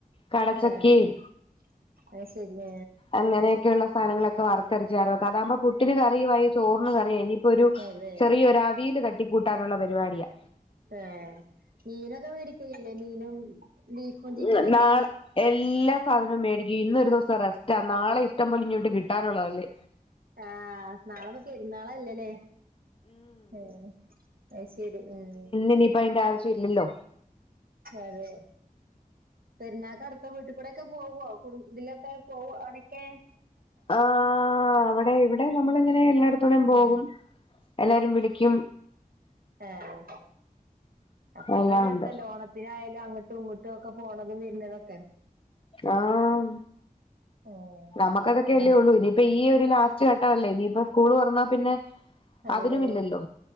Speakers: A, on the left; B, on the right.
A: കടച്ചക്കയും
B: ആഹ് അത് ശരിയ
A: അങ്ങനെയൊക്കെയുള്ള സാധനങ്ങളൊക്കെ വറത്തെരച്ച് കറിവേക്ക അതാകുമ്പോ പുട്ടിന് കറി ആയി ചോറിന് കറി ആയി ഒരു
B: അതെ
A: ചെറിയൊരവിയൽ തട്ടിക്കൂട്ടാനുള്ള പരിപാടിയാ
B: ആഹ് മീനൊക്കെ മേടിക്കല്ലേ മീനും ബീഫും ചിക്കനൊക്കെ
A: ഉം നാളെ എല്ലാ സാധനവും മേടിക്കും ഇന്നൊരു ദിവസം റെസ്റ്റാ നാളെ ഇഷ്ടം പോല ഇങ്ങോട്ട് കിട്ടാനുള്ളതല്ലേ
B: ആഹ് നാളന്ന പെരുന്നാളല്ലല്ലേ ഉം അത് ശരി ഉം
A: ഇനിപ്പ അതിന്റെ ആവശ്യം ഇല്ലല്ലോ
B: അതേ പെരുന്നാക്ക് അടുത്ത വീട്ടി കൂടെ ഒക്കെ പോവോ ഇതിലൊക്കെ പോവവാണൊക്കെ
A: ആഹ് അവിടെ ഇവിടെ നമ്മള ഇങ്ങനെ എല്ലായിടത്തുടെയും പോകും
B: ഉം
A: എല്ലാരും വിളിക്കും
B: ആഹ് അപ്പൊ
A: എല്ലാം
B: അത് ഒരു രസല്ലേ
A: ഉണ്ട്
B: ഓണ ത്തിനായാലും അങ്ങോട്ടും ഇങ്ങോട്ടും ഒക്കെ പോണതും വരുന്നതൊക്കെ
A: ആഹ്
B: ഉം
A: നമക്കതൊക്കല്ലേ
B: ഞങ്ങ
A: ഉള്ളൂ ഇനി ഇപ്പൊ ഈ ഒരു ലാസ്റ്റ് ഘട്ടംല്ലേ ഇനിയിപ്പ സ്കൂൾ തുറന്നാ പിന്നെ
B: അതെ
A: അതിനുമില്ലല്ലോ